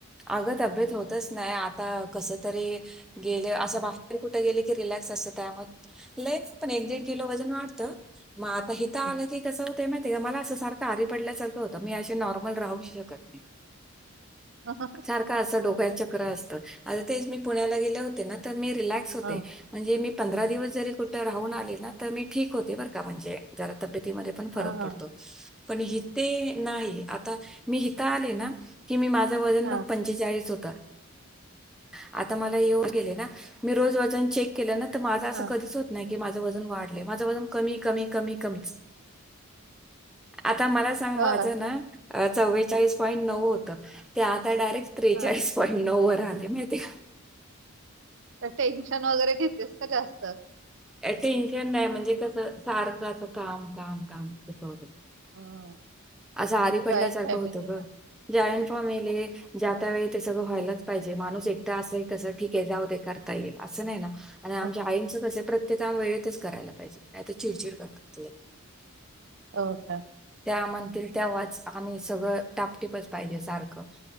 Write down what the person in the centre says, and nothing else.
अग अप्येत होतच नाही आता कस तरी गेले अस बाहेर कुठे गेले की, रिलॅक्स असत त्यामुळे लईच पण एक दीड किलो वजन वाढत. मग आता हिथ
आल की, कस होत माहितीय मला अस सारखं आरी पडल्यासारखं होतं मी असे नॉर्मल राहू शकतं नाही. -
अस डो्या चक्र असत ते मी पुण्याला गेले होते ना तर मी रिलॅक्स
होते. म्हणजे मी पंधरा दिवस जरी कुठ राहून आले ना तर मी ठीक होते बर का म्हणजे. जरा तब्येतीमध्ये पण फरक
पडतो. पण हिते नाही आता मी हिता आले ना की मी माझं वजन
ब पंचेचाळीस होता. <unintelligible> आता मला येवून गेलें ना मी रोज वजन चेक. - केलं नां तर माझं असं
कधीचं होत नाही. - हे माझं वजन वाढलंय माझं वजन कमी कमी कमी कमीचं आता मलां सां पहीले
माझ नां चवेचाळीस पॉईंट नऊ होतं आता डायरेक्ट त्रेचाळीस
पाईंड नऊ वर आलय माहितीये का?
टेन्शन नाही म्हणजे, कसं सारखं असं कामं कामं कामं तसं होतंय.
असं आरी पडल्यासारखं
होतं
गं जॉईंट फॉमिली ज्या त्या वेळी ते सगळं व्हायलाचं पाहिजे माणूस एकट असं आहे कसं ठीक आहे, जाऊ दे करतां येईल असं नाही नां. आणि आमच्या
आईचं कस आहे प्रत्येक काम वेळेतचं करायला पाहिजे नाही, तर चिडंचिडं करतात.
त्या म्हणतील तेव्हाच आणि सगळं टापटीपचं पाहिजे सारखं.